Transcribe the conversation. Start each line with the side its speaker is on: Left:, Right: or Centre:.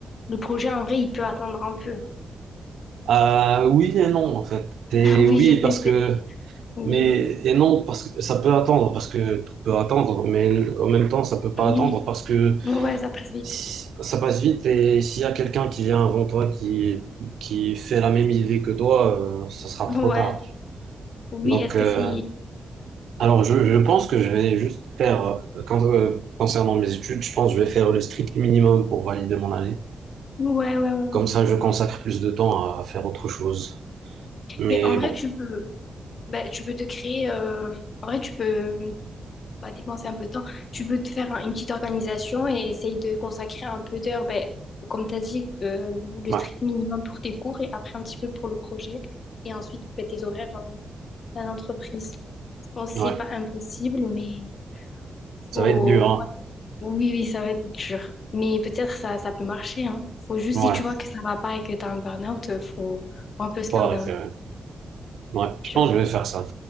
Left: Le projet en vrai, il peut attendre un peu.
Right: Euh, oui et non, en fait. Et
Left: <laughs> Oui,
Right: oui,
Left: je sais,
Right: parce que...
Left: c'est. Oui.
Right: Mais, et non, parce que ça peut attendre, parce que tout peut attendre, mais en même temps, ça peut pas
Left: oui.
Right: attendre, parce que
Left: Ouais, ça passe vite.
Right: si- ça passe vite, et s'il y a quelqu'un qui vient avant toi, qui, qui fait la même idée que toi, euh, ça sera
Left: Ouais.
Right: trop tard.
Left: Oui,
Right: Donc,
Left: est-ce
Right: euh,
Left: que c'est.
Right: alors je, je pense que je vais juste faire, euh, quand- euh, concernant mes études, je pense que je vais faire le strict minimum pour valider mon année.
Left: Ouais, ouais, ouais. ouais.
Right: Comme ça, je consacre plus de temps à, à faire autre chose. Mais
Left: Mais en vrai,
Right: bon,
Left: tu peux. bah, tu peux te créer. euh, En vrai, tu peux pas dépenser un peu de temps, tu peux te faire un- une petite organisation et essayer de consacrer un peu d'heures, ben, comme tu as dit, euh, le
Right: ouais,
Left: strict minimum pour tes cours et après un petit peu pour le projet. Et ensuite, ben, tes horaires euh, à l'entreprise. Je pense que
Right: ouais,
Left: c'est pas impossible, mais
Right: ça
Left: faut...
Right: va être dur, hein.
Left: Oui, oui, ça va être dur. Mais peut-être ça, ça peut marcher, hein. Faut juste,
Right: Ouais,
Left: si tu vois que ça va pas et que tu as un burn-out, euh, faut faut un peu slow
Right: faut arrêter,
Left: down.
Right: ouais. Ouais, je
Left: Tu
Right: pense
Left: vois.
Right: que je vais faire ça.